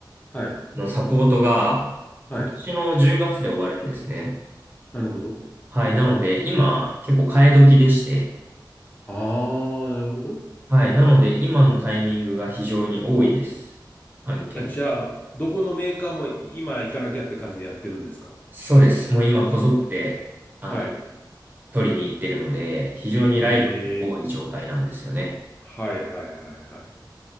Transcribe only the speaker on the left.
はい。
はい。なるほど。
ああ、なるほど。
あ、じゃあ、どこのメーカーも今行かなきゃって感じでやってるんですか
はい。
ええはいはいはいはい。